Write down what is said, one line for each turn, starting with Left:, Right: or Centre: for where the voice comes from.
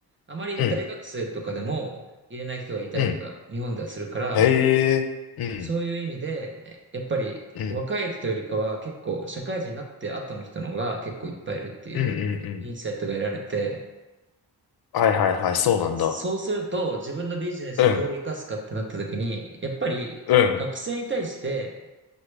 Right: あまり大学生とかでも入れない人がいたりとか、
Left: うん。うん。
Right: 日本ではするから、
Left: へえ。うん。
Right: そういう意味で、やっぱり若い人よりかは結構社会人になって後の人の方が結構いっぱいいるっていうインサイトが得られて、
Left: うん。うんうんうん。はいはいはい、そうなんだ。
Right: そうすると、自分のビジネスでどう生かすかってなった時に、
Left: うん。
Right: やっぱり学生に対して
Left: うん。